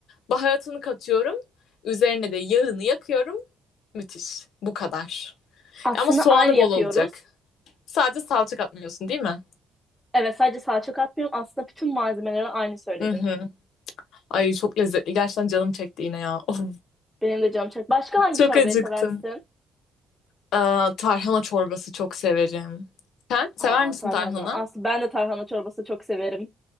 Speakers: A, on the left; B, in the centre.
A: Baharatını katıyorum. Üzerine de yağını yakıyorum. Müthiş. Bu kadar.
B: Aslında
A: Ama soğanı
B: aynı yapıyoruz.
A: bol olacak. Sadece salça katmıyorsun değil mi?
B: Evet sadece salça katmıyorum. Aslında bütün malzemeleri aynı söyledin.
A: Hı hı. Ay çok lezzetli. Gerçekten canım çekti yine ya. Of,
B: Benim de canım çok. Başka hangi
A: çok
B: çorbayı
A: acıktım.
B: seversin?
A: Aa, tarhana çorbası çok severim. Sen sever
B: Aa
A: misin
B: tarhana.
A: tarhana?
B: Aslında ben de tarhana çorbası çok severim.